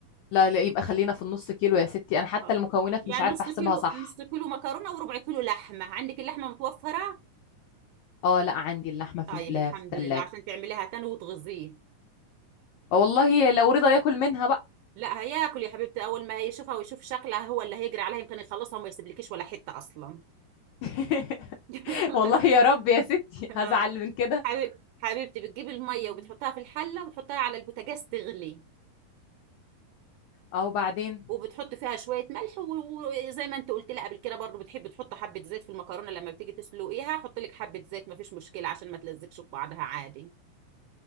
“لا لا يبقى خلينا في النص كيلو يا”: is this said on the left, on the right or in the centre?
Left